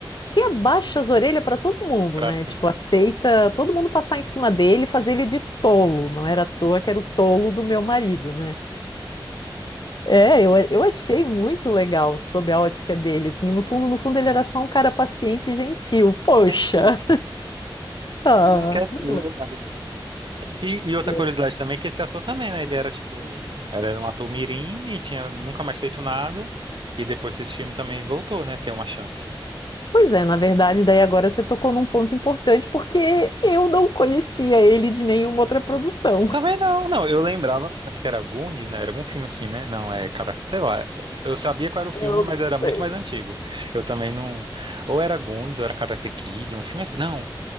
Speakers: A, on the left; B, on the right.
A: que abaixa as orelhas pra todo mundo,
B: pra...
A: né? Tipo, aceita todo mundo passar em cima dele e fazer ele de tolo. Não era à toa que era o tolo do meu marido, né? É, eu, eu achei muito legal sob a ótica dele, assim, no fundo, no fundo ele era só um cara paciente e gentil, poxa,
B: Gente,
A: ah,
B: Fez um castor,
A: muito legal.
B: mano. E, e outra
A: É.
B: curiosidade também é que esse ator também, né? Ele era tipo, ele era um ator mirim e tinha nunca mais feito nada. E depois desse filme também voltou, né? Ter uma chance.
A: Pois é, na verdade, daí agora você tocou num ponto importante, porque eu não conhecia ele de nenhuma outra produção.
B: Também não, não. Eu lembrava, acho que era Goonies, né? Era algum filme assim, né? Não, é, cara, sei lá. Eu sabia qual era o filme,
A: Eu
B: mas
A: não
B: era muito
A: sei.
B: mais antigo. Eu também não. Ou era Goonies, ou era Karate Kid, um filme assim. Não,